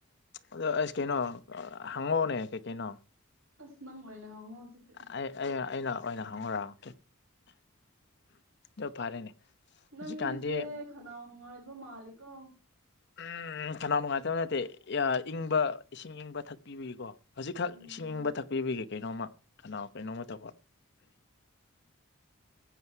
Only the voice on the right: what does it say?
ꯑꯁ ꯅꯪ ꯑꯣꯏꯅ ꯍꯉꯧ ꯍꯧꯖꯤꯛ
ꯅꯪ
ꯂꯤꯁꯦ ꯈꯅꯥꯎ ꯅꯨꯡꯉꯥꯏꯕ ꯃꯥꯂꯤꯀꯣ
ꯎꯝ